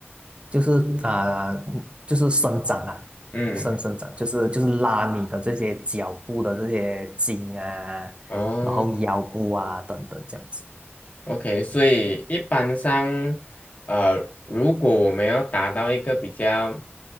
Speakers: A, on the right (about 25°); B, on the left (about 30°).
A: 就是啊、就是伸展啊，
B: 嗯，
A: 伸伸展，就是就是拉你的这些脚部的这些筋啊，
B: 哦。
A: 然后腰部啊等等这样子。
B: OK，所以一般上，呃，如果我们要达到一个比较